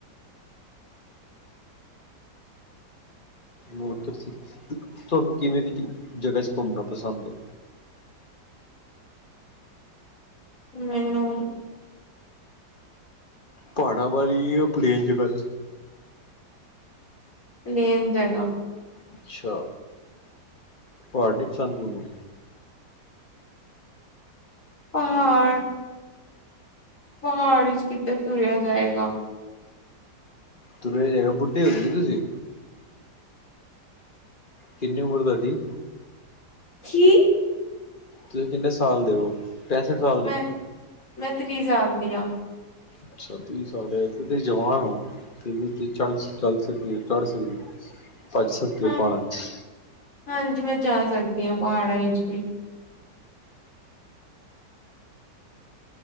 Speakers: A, on the left; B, on the left.
A: ਹੋਰ, ਤੁਸੀਂ ਤੁਹਾਨੂੰ ਕਿਵੇਂ ਦੀ ਜਗ੍ਹਾ ' ਘੁੰਮਣਾ ਪਸੰਦ
B: ਹ, ਮੈਂਨੂੰ।
A: ਪਹਾੜਾਂ ਵਾਲੀ, ਪਲੇਨ ਜ੍ਹਾ
B: ਪਲੇਨ ਜਗ੍ਹਾ
A: ਅੱਛਾ। ਪਹਾੜ ਨੀ ਪਸੰਦ ਤੁਹਾਨੂੰ।
B: ਪਹਾੜ। ਪਹਾੜੀ ਚ ਕਿੱਧਰ ਤੁਰਿਆ ਜਾਏਗਾ
A: ਤੁਰਿਆ ਜਾਏਗਾ ਬੁੱਢੇ ਹੋਗੇ ਹੋ ਕਿ, ਤੁਸੀਂ ਕਿੰਨੀ ਉਮਰ ਤੁਹਾਡੀ?
B: ਛੀ
A: ਤੁਸੀਂ ਕਿੰਨ ਸਾਲ ਦੇ ਓ। ਪੈਂਸਠ ਸਾਲ ਦੇ
B: ਮੈਂ ਮੈਂ, ਤ੍ਰੀ ਸਾਲ ਦੀ ਹਾਂ।
A: ਅੱਛਾ ਤ੍ਰੀ ਸਾਲ ਫੇਰ ਤੇ, ਜਵਾਨ ਹੋ ਫੇਰ ਤੇ, ਚੱਲ ਸਕਦੇ ੳ, ਤੁਰ ਸਕਦੇ ੳ। ਭੱਜ, ਸਕਦੇ
B: ਹਾਂ
A: ਓ ਪਹਾੜਾ ਚ।
B: ਹਾਂਜੀ, ਮੈਂ ਜਾ ਸਕਦੀ ਹਾਂ, ਪਹਾੜਾਂ ਵਿੱਚ ਵੀ।